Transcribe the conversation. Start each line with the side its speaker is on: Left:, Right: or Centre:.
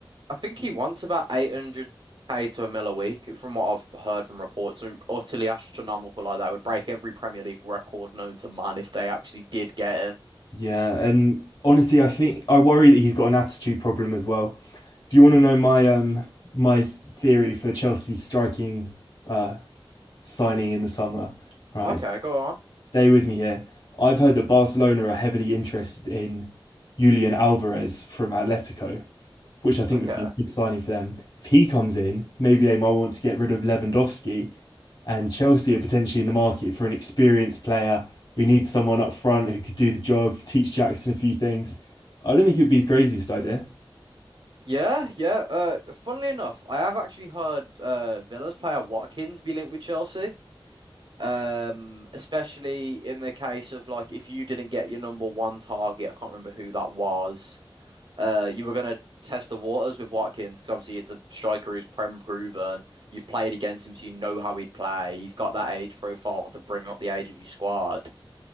Right: I think he wants about 800k to a mil a week, from what I've heard from reports. Something utterly astronomical like that It would break every Premier League record known to man if they actually did get him.
Left: Yeah, and honestly, I think I worry that he's got an attitude problem as well. Do you want to know my um my theory for Chelsea's striking uh signing in the summer? Right,
Right: Okay, go on.
Left: Stay with me here. I've heard that Barcelona are heavily interested in Julian Alvarez from Atletico, which I think
Right: Okay.
Left: would be a good signing for them. If he comes in, maybe they might want to get rid of Lewandowski, and Chelsea are potentially in the market for an experienced player. We need someone up front who could do the job, teach Jackson a few things. I don't think it would be the craziest idea.
Right: Yeah, yeah. Uh, funnily enough, I have actually heard uh Villa's player Watkins be linked with Chelsea. Um, especially in the case of like if you didn't get your number one target, I can't remember who that was. uh, you were gonna test the waters with Watkins because obviously it's a striker who's prem proven. You've played against him, so you know how he'd play. He's got that age profile to bring up the age of your squad.